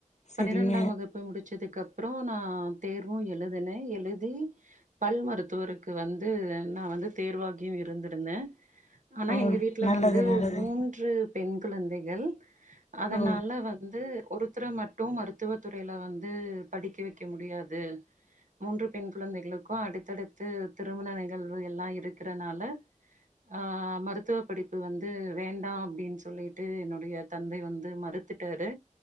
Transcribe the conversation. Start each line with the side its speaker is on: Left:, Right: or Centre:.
Left: செரிங்க
Right: பனிரெண்டாம் வகுப் போய் முடிச்சதுக் கப்புற நா தேர்வூ எழுதுனே எழுதி பல் மரு த்துவருக்கு வந்து நா வந்து தேர்வாகியு இருந்திருந்த அனா
Left: ஓ
Right: எங்க வீட்ல
Left: நல்லது
Right: வந்து
Left: நல்லது
Right: மூன்று பெண் குழந்தைகள் அதனால
Left: ஓ
Right: வ ந்து ஒருத்ர மட்டு மருத்துவ துறையில வந்து படிக்க வெக்க முடியாது மூன்று பெண் குழந்தைகளுக்கூ அடுத்தடுத்து திருமண நிகழ்வு எல்லா இருக்குறனால ஆ மருத்துவ படிப்பு வந்து வேண்டா அப்டின் சொல்லிட்டு என்னுடைய தந்தை வந்து மறுத் த்துட்டாரு